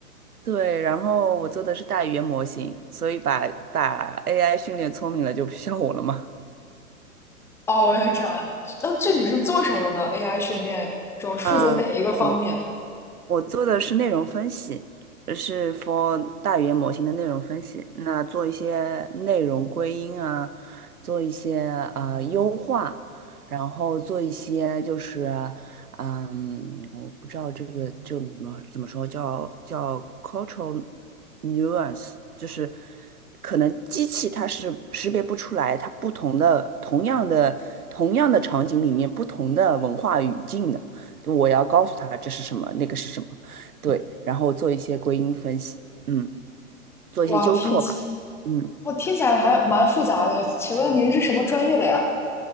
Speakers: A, on the right; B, in the centre.
A: 对，然后我做的是大语言模型，所以把把 AI 训练聪明了就不需要我了嘛。
B: 哦，原来这样。那具体是做什么的呢？AI 训练主要是负责哪一个方面？
A: 啊，我我做的是内容分析，呃是 for 大语言模型的内容分析。那做一些内容归因啊，做一些呃优化，然后做一些就是嗯，我不知道这个就怎么怎么说，叫叫 cultural nuance，就是可能机器它是识别不出来它不同的同样的同样的场景里面不同的文化语境的。我要告诉他这是什么，那个是什么，对，然后做一些归因分析，嗯，做一些纠错吧，
B: 哇，听起，
A: 嗯。
B: 我听起来还蛮复杂的。请问您是什么专业的呀？